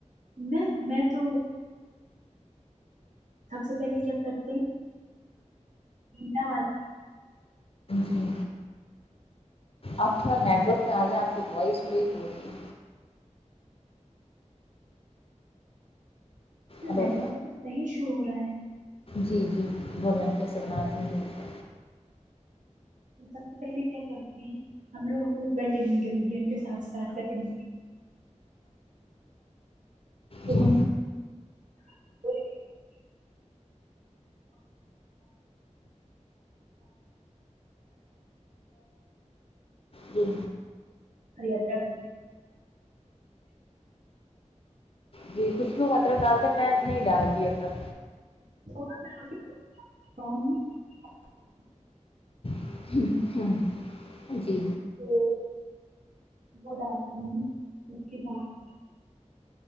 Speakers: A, on the right; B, on the left.
A: میں میں تو سب سے پہلے کیا کرتے ہیں ج والاز
B: جی آپ تھوڑا نیٹورک پہ آ جے آپ کی وائس بریک ہو رہی ہے ہلو
A: نیٹک پر سحش س رہا ہے
B: جی جی بھو کیسے بناتتی ہوں ب
A: سب سے پہلے کیا کرتے ہیں ہم لوگ بیٹ انگریڈینٹ کے ساتھ اسٹارٹ کرتے تو
B: جی
A: ہم <inaudible>
B: جی
A: یادراد
B: جی کچھل مطلب گ تو میں نہیں ڈال دیا ار
A: <unintelligible>
B: ہاں جی
A: تو گڈ آفٹر نون اس کی بات